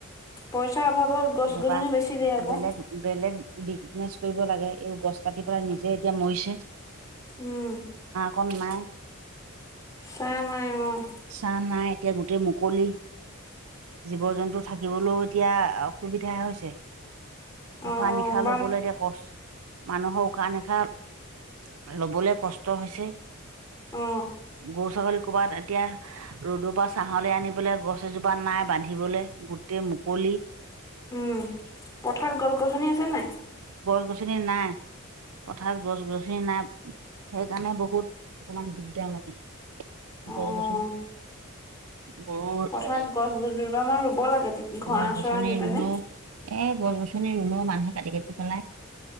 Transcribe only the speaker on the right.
বেপা
বেলেগ বেলেগ বিগনেছ কৰিব লাগে এই গছ কাটিৰ পৰা নিজে এতিয়া মৰিছে।
কন নাই।
ছা নাই এতিয়া গোটেই মুকলি জীৱ জন্তু থাকিবলৈও এতিয়া অসুবিধাহ হৈছে উশাহ
নিশাহ
ল'বলৈ এতিয়া কষ্ট। মানুহৰ উশাহ নিশাহ ল'বলৈ কষ্ট হৈছে।
গৰু ছাগলী ক'বাত এতিয়া ৰ'দৰ পৰা ছাহলৈ আনি পেলাই গছ এজোপা নাই বান্ধিবলৈ গোতেই মুকলি
গছ গছনি নাই পথাৰত গছ গছনি নাই। সেইকাৰণে বহুত অকনমান দিগদাৰ লাগে।
গছ- গছনি গৰুৰ
এ
গছ- গছনি
ৰুলো গছ-গছনি ৰুলও মানুহে কাটি-কাটি পেলাই